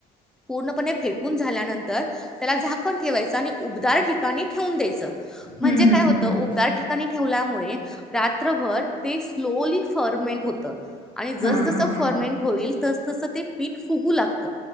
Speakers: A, in the centre; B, on the left.
A: पूर्णपणे फेटून झाल्यानंतर त्याला झाकण ठेवायच आणि उदार ठ ा ठेून द्याय म्हणजे
B: हम्म हम्म
A: काय होत
B: हम्म
A: उबदार
B: हम्म
A: ठिकाणी ठेवल्यामुळे ोमे होतमें
B: हा हा हा
A: हो ते पीठ फुगू लागत